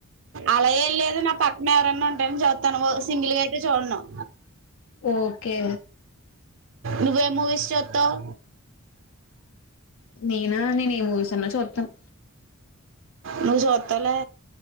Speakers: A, on the right; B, on the left.
A: అలా ఏం లేదు నా పక్కన ఎవరైన్నా ఉంటేని చదువుతాను ఓ సింగిల్ గడ్ చూర్ణం
B: ఓకే
A: నువ్వే మూవీ చూస్తావ్
B: నేనా నేను ఏ మూవీస్ అన్నా చూస్తాను
A: నువ్వు చూస్తావ్ లే